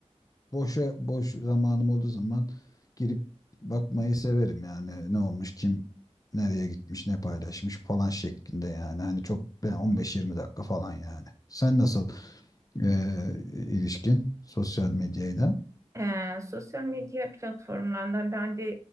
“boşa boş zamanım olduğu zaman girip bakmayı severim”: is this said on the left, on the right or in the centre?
Left